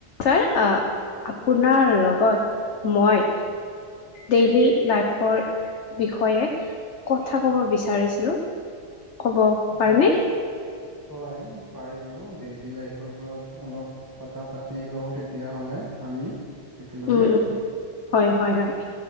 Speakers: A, on the left; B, on the right.
A: Sir আহ আপোনোনাৰ লগত মই ডেইলি লাইফৰ বিষয়ে কথা কব বিচাৰিছিলোঁ। ক'ব পাৰিমনে?
B: হয়, হয় পাৰিব। ডেইলি লাইফৰ ওপৰত অলপ কথা পাতি লওঁ তেতিয়াহ'লে আমি একেলগে।
A: উম, উম, হয়, হয়, হয়।